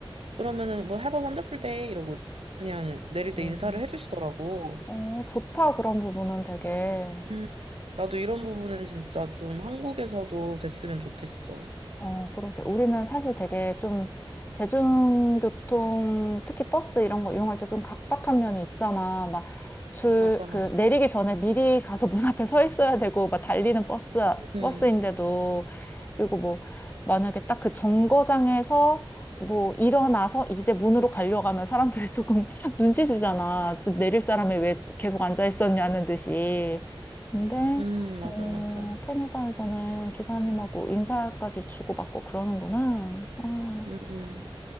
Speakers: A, on the right; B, on the left.
A: 그러면은 뭐 Have a wonderful day 이러고 그냥 내릴
B: 어,
A: 때 인사를 해주시더라고.
B: 어, 좋다, 그런 부분은 되게.
A: 음, 나도 이런 부분은 진짜 좀 한국에서도 됐으면 좋겠어.
B: 어, 그러게. 우리는 사실 되게 좀 대중교통, 특히 버스 이런 거 이용할 때 좀 각박한 면이 있잖아. 막 줄,
A: 맞아,
B: 그,
A: 맞아.
B: 내리기 전에 미리 가서 문 앞에 서 있어야 되고, 막 달리는 버스,
A: 음.
B: 버스인데도. 그리고 뭐 만약에 딱 그 정거장에서 뭐 일어나서 이제 문으로 가려고 하면 사람들이 조금 <laughs> 눈치 주잖아. 또 내릴 사람이 왜 계속 앉아 있었냐는 듯이. 근데
A: 음, 맞아,
B: 어,
A: 맞아.
B: 캐나다에서는 기사님하고 인사까지 주고받고 그러는구나. 와,
A: 음, 음.